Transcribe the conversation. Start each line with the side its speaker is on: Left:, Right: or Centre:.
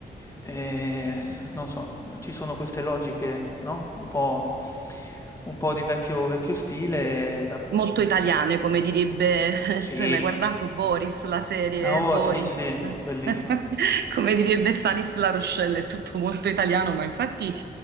Left: ehm, non so, ci sono queste logiche, no, un po' un po' di vecchio vecchio stile da
Right: molto
Left: mhmm
Right: italiane, come direbbe,
Left: Sì.
Right: <laughs> tu hai mai guardato Boris, la serie
Left: Ah, oh,
Right: Boris?
Left: sì, sì,
Right: <laughs>
Left: bellissimo.
Right: Come direbbe Stanis La Rochelle, è tutto molto italiano, ma infatti